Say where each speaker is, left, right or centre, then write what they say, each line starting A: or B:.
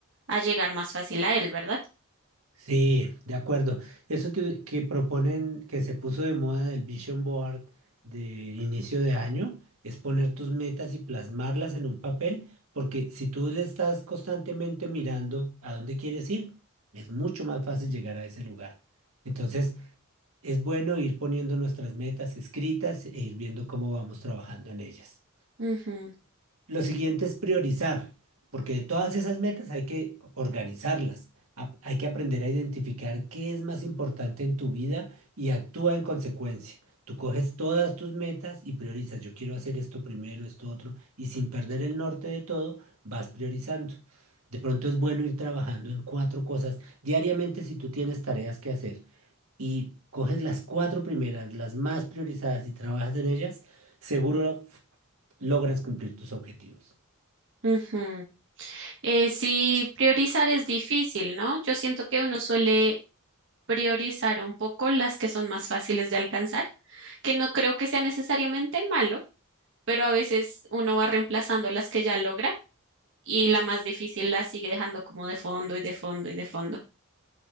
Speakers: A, on the right; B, on the right.
A: a llegar más fácil a él, ¿verdad?
B: Sí, de acuerdo. Eso que, que proponen, que se puso de moda del Vision Board de inicio de año, es poner tus metas y plasmarlas en un papel, porque si tú le estás constantemente mirando a dónde quieres ir, es mucho más fácil llegar a ese lugar. Entonces, es bueno ir poniendo nuestras metas escritas e ir viendo cómo vamos trabajando en ellas.
A: Ujú,
B: Lo siguiente es priorizar, porque de todas esas metas hay que organizarlas. Ap- Hay que aprender a identificar qué es más importante en tu vida y actúa en consecuencia. Tú coges todas tus metas y priorizas. Yo quiero hacer esto primero, esto otro, y sin perder el norte de todo, vas priorizando. De pronto es bueno ir trabajando en cuatro cosas diariamente si tú tienes tareas que hacer y coges las cuatro primeras, las más priorizadas y trabajas en ellas, seguro logras cumplir tus objetivos.
A: ujú. Eh, sí, priorizar es difícil, ¿no? Yo siento que uno suele priorizar un poco las que son más fáciles de alcanzar, que no creo que sea necesariamente malo, pero a veces uno va reemplazando las que ya logra y la más difícil la sigue dejando como de fondo y de fondo y de fondo.